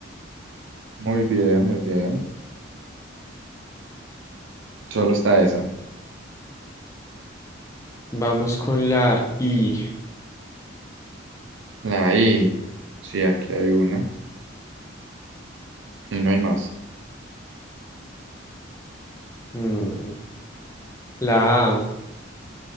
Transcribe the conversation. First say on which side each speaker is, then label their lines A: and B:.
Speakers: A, on the right; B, on the left.
A: Muy bien, muy bien. Solo está esa.
B: Vamos con la I.
A: La I. Sí, aquí hay una. Y no hay más.
B: mm, la A,